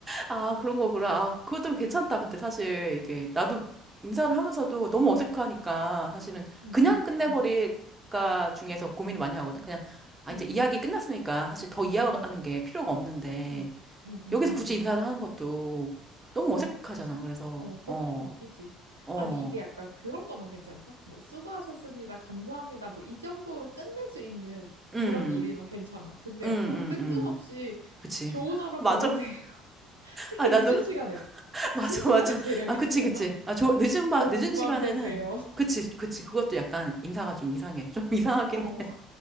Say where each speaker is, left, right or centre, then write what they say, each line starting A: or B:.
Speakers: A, on the right; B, on the right.
A: 아, 그런 거구나. 아, 그것도 괜찮다. 근데 사실 이게 나도 인사를 하면서도 너무 어색하니까 사실은
B: 응,
A: 그냥
B: 응,
A: 끝내버릴까
B: 응,
A: 중에서 고민을 많이 하거든. 그냥 아,
B: 응,
A: 이제 이야기
B: 응,
A: 끝났으니까 사실 더 이야기하는
B: 응,
A: 게 필요가 없는데
B: 응, 응, 응,
A: 여기서
B: 응,
A: 굳이
B: 응.
A: 인사를 하는 것도 너무 어색하잖아.
B: 그지?
A: 그래서
B: 어, 그것도
A: 어,
B: 좀 웃기지.
A: 어,
B: 아니, 이게 약간 그런 거면 괜찮다? 뭐, 수고하셨습니다. 감사합니다. 뭐, 이 정도로 끝낼 수 있는
A: 음,
B: 그런 일이면 괜찮아. 근데
A: 음,
B: 약간
A: 음,
B: 뜬금없이
A: 음. 그치.
B: 좋은
A: <laughs>
B: 하루
A: 맞아.
B: 보내세요. <laughs> 특히
A: 아, 나도
B: 늦은 시간에.
A: <laughs> 맞아,
B: 늦은 시간에
A: 맞아.
B: 제일 애매하잖아?
A: 아, 그치, 그치. 아, 저 늦은 밤,
B: 좋은
A: 늦은 시간에는
B: 밤 되세요. <laughs>
A: 그치, 그치. 그것도 약간 인사가 좀 이상해. 좀 <laughs> 이상하긴
B: 어,